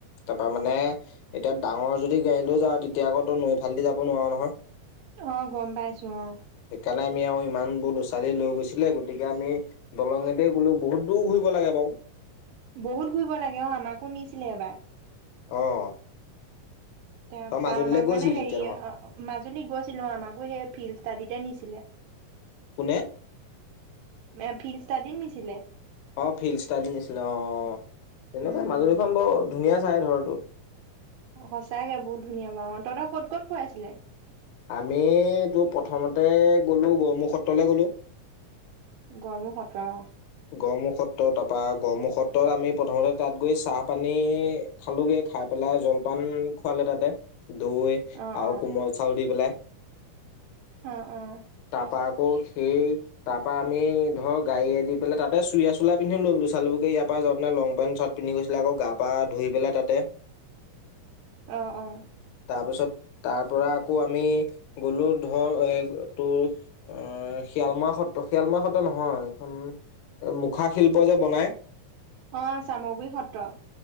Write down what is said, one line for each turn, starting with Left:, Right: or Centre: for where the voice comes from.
Left: তাৰ পৰা মানে এতিয়া ডাঙৰ যদি গাড়ী লৈ যাওঁ, তেতিয়া আকৌ তই নৈ ফালেদি যাব নোৱাৰ নহয়।
Right: অ' গম পাইছোঁ অ'।
Left: সেইকাৰণে আমি আৰু ইমান বোৰ লৈ গৈছিলে, গতিকে আমি দলঙেতে গ'লো বহুত দূৰ ঘূৰিব লাগে বাৰু।
Right: বহুত ঘূৰিব লাগে অ' আমাকো নিছিলে এবাৰ।
Left: অ'।
Right: তাৰ
Left: তই মাজুলীলৈ
Right: পা আমাক
Left: গৈছিলি
Right: মানে, হেৰি
Left: তেতিয়া তহঁত
Right: অ'- অ' মাজুলী গৈছিলোঁ। আমাকো সেই ফিল্ড তাডিতে নিছিলে।
Left: কোনে?
Right: নে ফিল্ড ষ্টাডিত নিছিলে?
Left: অ' ফিল্ড ষ্টাডিত নিছিলে অ'- অ'। তেনেকুৱাই
Right: উম
Left: মাজুলীখন বৰ ধুনীয়া ঠাই, ধৰ <inaudible>
Right: সঁচাকে বহুত ধুনীয়া বাৰু অ' তহঁতক ক'ত ক'ত ফুৰাইছিলে?
Left: আমিতো প্ৰথমতে গ'লো গড়মূৰ সত্ৰলে গ'লো।
Right: গড়মূৰ সত্ৰ অ'।
Left: গড়মুখ সত্ৰ, তাৰ পৰা গড়মুখ সত্ৰত আমি প্ৰথমতে তাত গৈ চাহ-পানী খালোগে, খাই পেলাই জলপান খুৱালে তাতে। দৈ
Right: অ', অ',
Left: আৰু কোমল চাউল দি পেলাই
Right: অ' - অ'।
Left: তাৰপা আকৌ সেই তাৰ পৰা আমি ধৰক গাড়ীয়েদি <unintelligible> তাতে চুৰিয়া চোলা পিন্ধি ল'লো। ইয়াৰ পৰা যাওঁতে লং পেন্ট চাৰ্ট পিন্ধি গৈছিলে। আকৌ গা-পা ধুই পেলাই তাতে।
Right: অ' - অ'
Left: তাৰপিছত তাৰ পৰা আকৌ আমি গলো ধৰ এ তোৰ শিয়ালমৰা সত্ৰ, শিয়ালমৰা সত্ৰ নহয় এইখন মুখা শিল্প যে বনাই।
Right: অ' চামগুৰি সত্ৰ।